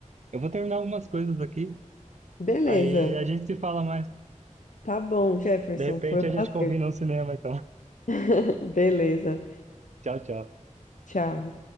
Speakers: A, on the right; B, on the left.
A: eu vou terminar algumas coisas aqui,
B: Beleza.
A: aí a gente se fala mais.
B: Tá bom, Jefferson.
A: De repente
B: Foi um
A: a
B: prazer.
A: gente combina um cinema, então. <laughs>
B: <laughs> Beleza.
A: Tchau, tchau.
B: Tchau.